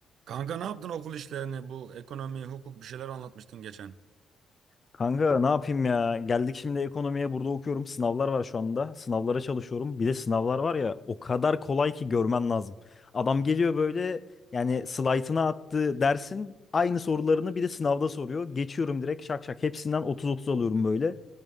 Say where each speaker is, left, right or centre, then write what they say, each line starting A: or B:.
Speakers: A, on the right; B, on the left.
A: Kanka ne yaptın okul işlerini? Bu ekonomi, hukuk bir şeyler anlatmıştın geçen.
B: Kanka ne yapayım ya? Geldik şimdi ekonomiye burada okuyorum. Sınavlar var şu anda. Sınavlara çalışıyorum. Bir de sınavlar var ya o kadar kolay ki görmen lazım. Adam geliyor böyle yani slaytına attığı dersin aynı sorularını bir de sınavda soruyor. Geçiyorum direkt şak şak. Hepsinden 30-30 alıyorum böyle.